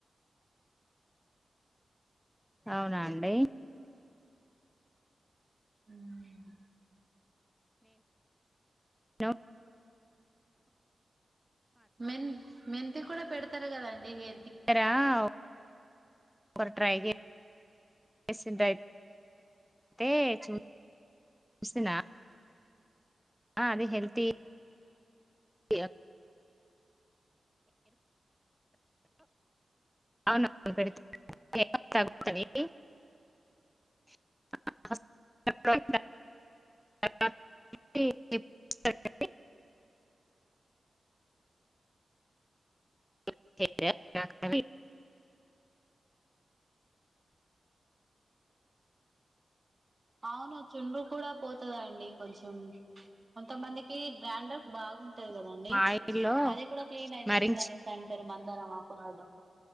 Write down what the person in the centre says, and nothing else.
అవునా అండి
హలో
కా <unintelligible> ఒకరు ట్రై చేసిరైతే చూసినా ఆహ్ అది హెల్తీ కి అవును ఆ <unintelligible> వీటికి <unintelligible> స <unintelligible>
ఆయిల్లో
మరించి